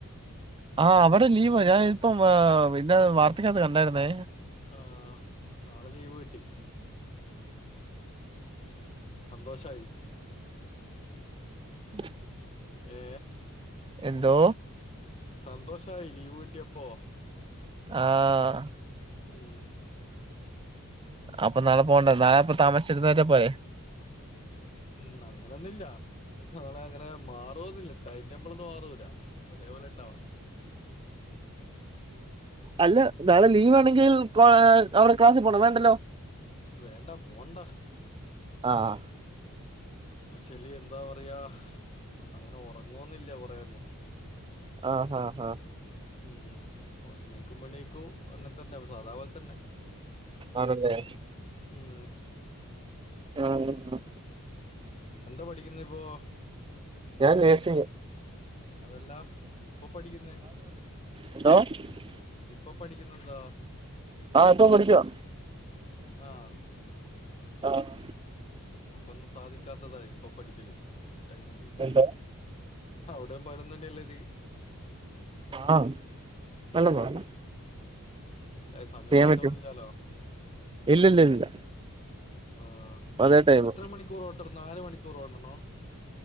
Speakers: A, on the right (about 20°); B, on the left (about 30°).
A: ആഹാ അവിടെ ലീവ്, ഞാന് ഇപ്പം പിന്ന വാർത്തക്കകത്ത് കണ്ടായിരുന്നേ.
B: ആ നാളെ ലീവ് കിട്ടി. സന്തോഷായി.
A: <unintelligible>
B: ഏ..
A: എന്തോ?
B: സന്തോഷമായി ലീവ് കിട്ടിയപ്പോ.
A: ആഹാ.
B: ഉം
A: അപ്പൊ നളെ പോണ്ട നാളെപ്പൊ താമസിച് എന്നിറ്റ പോരെ
B: ഉം അങ്ങനൊന്നുമില്ല ഞങ്ങളെ അങ്ങനെ മാറൊന്നില്ല ടൈംടാബ്ലൊന്നും മാറൂല ഒരേപോലെ ഉണ്ടാവാ <inaudible>
A: അല്ല നാളെ
B: ഏ,
A: ലീവ് ആണെങ്കിൽ അവിടെ ക്ലാസ്സിൽ പോണോ വേണ്ടല്ലോ
B: വേണ്ട പോണ്ട
A: ആഹ്
B: ആക്ച്വലി എന്താ പറയാ അങ്ങനെ ഉറങ്ങുവൊന്നില്ല കൊറേ ഒന്നും
A: ആഹ് ആഹ് ആഹ്
B: ഉം എണീക്കുമ്പൊ എണീക്കും അങ്ങനെ തന്നെ സാധാപോലെ തന്നെ
A: അതന്നെ
B: ഉം
A: ആഹ് ആഹ്
B: എന്താ പഠിക്കുന്നെ ഇപ്പോ
A: ഞാൻ നേഴ്സിംഗ്
B: അതല്ല ഇപ്പൊ പഠിക്കുന്നേ
A: എന്തോ <unintelligible>
B: ഇപ്പൊ പഠിക്കുന്നത് എന്താ
A: ആഹ് ഇപ്പ പഠിക്കുവാ
B: ആഹ്
A: ആഹ്
B: നമുക്കൊന്നും സാധിക്കാത്തതാ ഇപ്പൊ പഠിക്കല് ടൈമില്
A: എന്തോ
B: അവിടെയും പറയുന്നന്നല്ലേ ഇത്
A: ആഹ് നല്ല പോലെ
B: സമയം മാറ്റൊന്നുമില്ലാലോ
A: പറ്റും ഇല്ലില്ലില്ല
B: ആഹ്
A: അതേ ടൈം
B: എത്ര മണിക്കൂർ ഓട്ടണം നാല് മണിക്കൂർ ഓടണോ